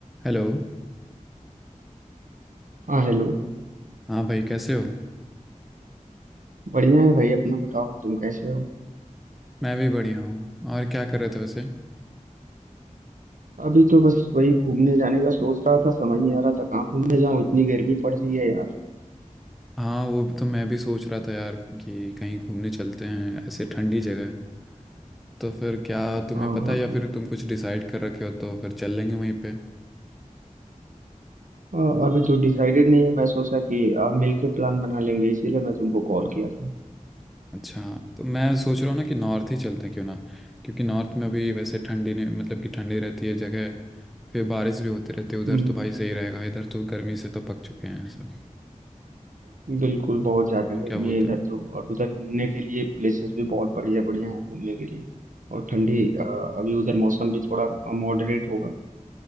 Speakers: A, in the centre; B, on the right.
A: हेलो
B: हाँ हेलो
A: हाँ भाई कैसे हो
B: बढ़िया है भाई अपना बताओ तुम कैसे हो
A: मैं भी बढ़िया हूँ और क्या कर रहे थे वैसे
B: अभी तो बस वही घूमने जाने का सोच रहा था समझ नहीं आ रहा था कहाँ घूमने जाऊँ इतनी गर्मी पड़ रही है यार
A: हाँ वो भी तो मैं भी सोच रहा था यार कि कहीं घूमने चलते हैं ऐसे ठंडी जगह तो फिर क्या तुम्हें
B: हाँ
A: पता
B: हाँ
A: है या
B: बिल्कुल
A: फिर तुम कुछ डिसाइड कर रखे हो तो फिर चल लेंगे वहीं पे
B: अ, अभी तो डिसाइडेड नहीं है मैं सोचा कि आप मिलके प्लान बना लेंगे इसीलिए मैं तुमको कॉल किया था
A: अच्छा तो मैं सोच रहा हूँ ना कि नॉर्थ ही चलते हैं क्यों ना क्योंकि नॉर्थ में अभी वैसे ठंडी नहीं मतलब कि ठंडी रहती है जगह फिर बारिश भी होती रहती है उधर
B: हम्म
A: तो भाई सही रहेगा इधर तो गर्मी से तो पक चुके हैं सब
B: हम्म, बिल्कुल बहुत ज़्यादा
A: तुम
B: गर्मी
A: क्या बोलते
B: है इधर
A: हो
B: तो और उधर घूमने के लिए प्लेसेस भी बहुत बढ़िया बढ़िया हैं घूमने के लिए और ठंडी अ, अभी उधर मौसम भी थोड़ा मॉडरेट होगा